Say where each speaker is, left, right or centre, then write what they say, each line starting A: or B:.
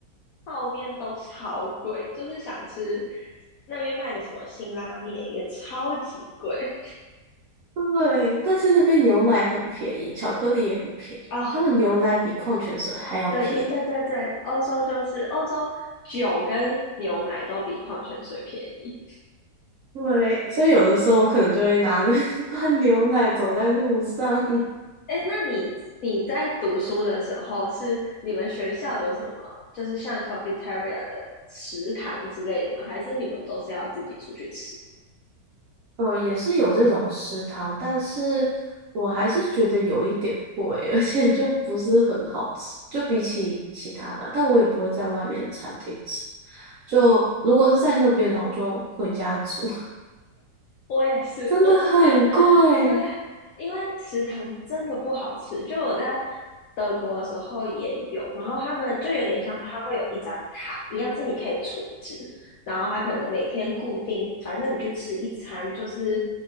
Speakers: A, on the left; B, on the right.
A: 泡面都超贵，就是想吃那边卖的什么辛拉面也超级贵
B: 对，但是那边牛奶很便宜，巧克力也很便宜，
A: 哦，
B: 他们牛奶比矿泉水还要便宜。
A: 对对对对对，欧洲就是欧洲酒跟牛奶都比矿泉水便宜。
B: 对，所以有的时候我可能就会拿着一罐牛奶走在路上。
A: 哎，那你你在读书的时候，是你们学校有什么，就是像 cafeteria 的食堂之类的吗？还是你们都是要自己出去吃？
B: 呃，也是有这种食堂，但是我还是觉得有一点贵，<laughs> 而且就不是很好吃，就比起其他的啊，但我也不会在外面的餐厅吃。就如果是在那边的，我就回家煮，<laughs>
A: 我也是，
B: 真的很贵。
A: 我之前对，因为食堂真的不好吃，就我在德国的时候也有，然后他们就有点像是他会有一张卡，一样是你可以储值，然后他可能每天固定，反正你去吃一餐就是